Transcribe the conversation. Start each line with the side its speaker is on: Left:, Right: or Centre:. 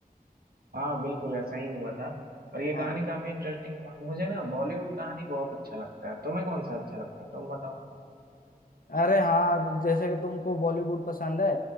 Right: हाँ बिल्कुल ऐसा ही हुआ था और ये कहानी
Left: हाँ
Right: काफी इंटरेस्टिंग है और मुझे ना बॉलीवुड कहानी बहुत अच्छा लगता है तुम्हें कौन सा अच्छा लगता है तुम बताओ
Left: अरे हाँ जैसे कि तुमको बॉलीवुड पसंद है